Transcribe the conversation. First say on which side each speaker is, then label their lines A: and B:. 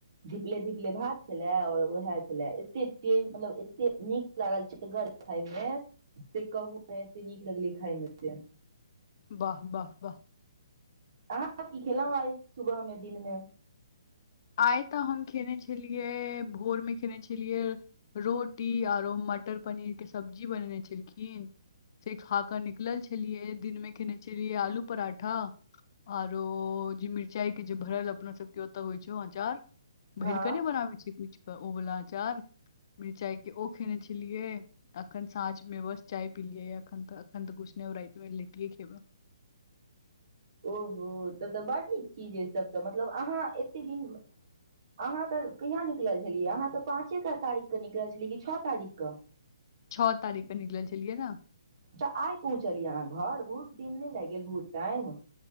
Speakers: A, on the right; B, on the left.
A: धीपले धीपले भात छले और उएह छले एते तेज मतलब एते नीक लागल छै जलगर खाए मे से कहु ने एते नीक लगले खाए मे से
B: वाह वाह वाह
A: अहाँ की खेलौं आए सुबह में दिन में
B: आए तऽ हम खेने छलियै भोर में खेने छलियै रोटी और मटर पनीर के सब्जी बनेने छलखिन से खा क निकलल छलियै दिन मे खेने छलियै आलू पराठा आरो जे मिरचाई के जे भरल अपना सब के ओत होय छै अचार <inaudible>
A: हँ
B: भर क नहि बनाबे छी कुछ तऽ ओ वाला अचार मिरचाइके ओ खयने छलियै अखन साँझ में बस चाय पिलियै अखन त अखन तऽ कुछ नहि राति मे लिटीए खेबै
A: ओहो तब तऽ बड़ नीक चीज तब तऽ मतलब अहाँ एते दिन अहाँ तऽ कहिया निकलल छलियै अहाँ तऽ पाँच क तारीख के निकल छलियै कि छः तारीख क
B: छः तारीख के निकलल छलियै ने
A: तऽ आइ पहुँचलियै अहाँ घर बहुत दिन नहि लागि गेल बहुत टाइम